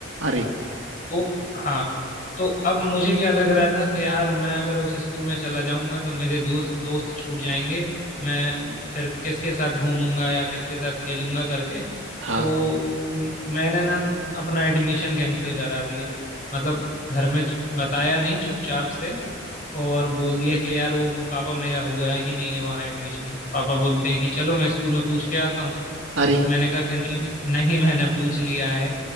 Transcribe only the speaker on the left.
तो हाँ तो अब मुझे क्या लग रहा था कि यार मैं अगर उस स्कूल में चला जाऊंगा तो मेरे दोस्त दोस्त छूट जाएंगे मैं फिर किसके साथ घूमूंगा या किसके साथ खेलूंगा करके
तो म- मैंने ना अपना एडमिशन कैंसिल करा दिया मतलब घर में बताया नहीं चुपचाप से और बोल दिया कि यार वो पापा मेरा हुआ ही नहीं है वहाँ एडमिशन पापा बोलते हैं कि चलो मैं स्कूल में पूछ के आता हूँ तो
मैंने कहा कि नहीं नहीं मैंने पूछ लिया है